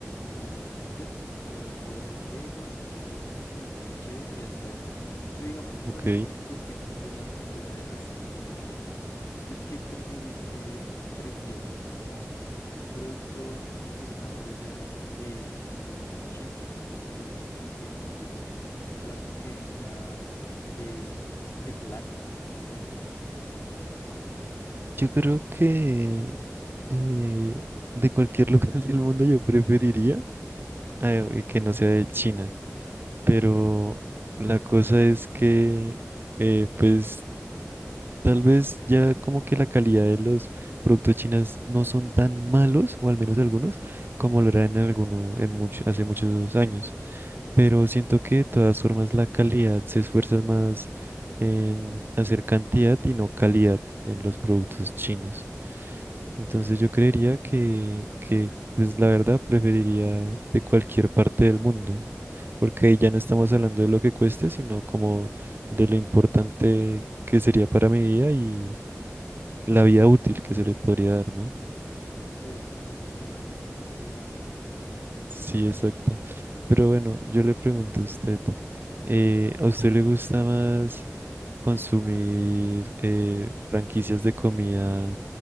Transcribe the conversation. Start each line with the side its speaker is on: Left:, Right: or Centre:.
Left: Y ya, o sea, lo puedo ver desde lejos, lo experimento, me parece chévere y hasta ahí. Pero digamos, hablando
Right: Ok.
Left: en esos aspectos de la cultura de- así, de esa manera, ¿usted qué prefiere, qué prefiere? ¿Como un producto importado, ya sea de, tomemos China, que tomamos de un principio, o algo que venga de Irlanda, tal vez?
Right: Yo creo que eh, de cualquier <laughs> lugar del mundo yo preferiría eh, que no sea de China. Pero
Left: <laughs>
Right: la cosa es que, eh, pues, tal vez ya como que la calidad de los productos chinos no son tan malos, o al menos algunos, como lo eran en alguno, en mucho, hace muchos años. Pero siento que de todas formas la calidad se esfuerza más en hacer cantidad y no calidad en los productos
Left: Sí,
Right: chinos. Entonces
Left: sí
Right: yo
Left: entiendo.
Right: creería que, que pues la verdad preferiría de cualquier parte del mundo, porque ahí ya no estamos hablando de lo que cueste, sino como de lo importante que sería para mi vida y la vida útil que se le podría dar, ¿no?
Left: Sí, a las cosas que saque de este lugar, sí entiendo.
Right: Sí, exacto. Pero bueno, yo le pregunto a usted, eh, ¿a usted le gusta más consumir eh, franquicias de comida